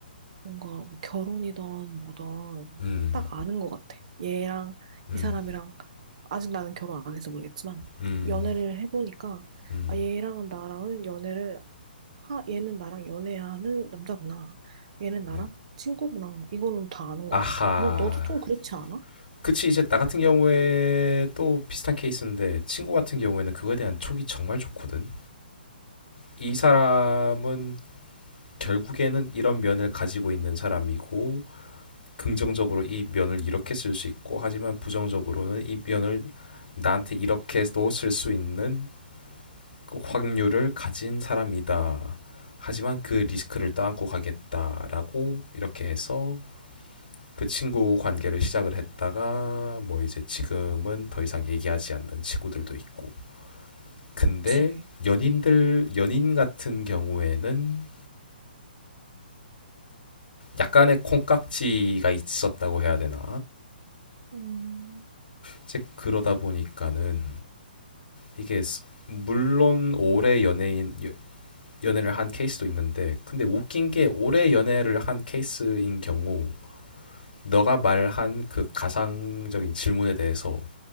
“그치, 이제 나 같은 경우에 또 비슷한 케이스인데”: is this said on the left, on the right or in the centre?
Left